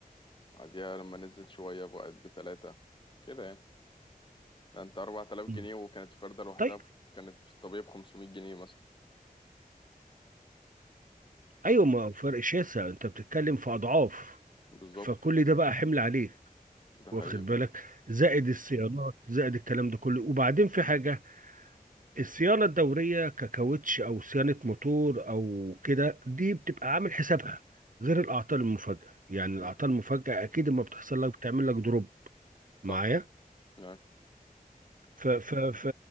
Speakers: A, on the left; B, on the right.
A: بعديها لما نزلت شوية بقت بتلاتة كده يعني ده أنت 4000
B: مم.
A: جنيه وكانت الفردة لوحدها
B: طيب
A: كانت في الطبيعي ب 500 جنيه مثلا
B: ايوه ما هو فرق شاسع انت بتتكلم في اضعاف
A: بالظبط
B: فكل ده بقى حمل عليك
A: ده
B: واخد
A: حقيقي فعلا
B: بالك زائد الصيانات زائد الكلام ده كله وبعدين في حاجه الصيانة الدورية ككاوتش أو صيانة موتور أو كده دي بتبقى عامل حسابها غير الأعطال المفاجئة يعني
A: مم.
B: الأعطال المفاجئة أكيد لما بتحصل لك بتعمل لك دروب معايا
A: صح يعني
B: ف ف ف